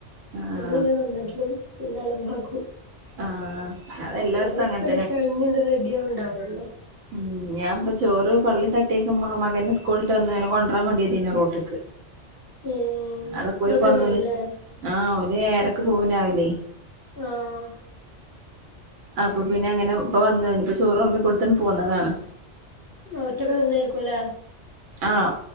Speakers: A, on the right (about 80°); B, on the left (about 20°).
A: <inaudible>
B: നമ്മളിങ്ങനെ നന്നാക്കിണ് പിന്നെ അലമ്പാക്കും.
A: ആഹ് അതെല്ലായിടത്തും
B: അതൊക്കെ
A: അങ്ങനെ
B: കഴിഞ്ഞത് റെഡിയവ് ആവണ്ടാവള്ളൂ.
A: <inaudible> ഞാൻ ഇപ്പ ചോറ് പള്ളി തട്ടിയേകു മകൻ സ്കൂളിട്ട് വന്ന അവനെ കൊണ്ടുരാൻ വേണ്ടിതേനു റോട്ടിക്ക്.
B: ഉം
A: അടെ പോയി
B: ഇത്രപ്പം
A: പോന്നന്
B: വരുംല്ലേ
A: അഹ് ഓൻ ഏഴരക് പോവും രാവിലെ.
B: അഹ്
A: അപ്പൊ പിന്നെ അങ്ങനെ ഇപ്പ വന്ന ഇപ്പൊ ചോറുവെളമ്പി കൊടുത്ത് പോന്നതാണ്.
B: അഹ് ഒറ്റക് തിനെയിരികുലേ?
A: അഹ്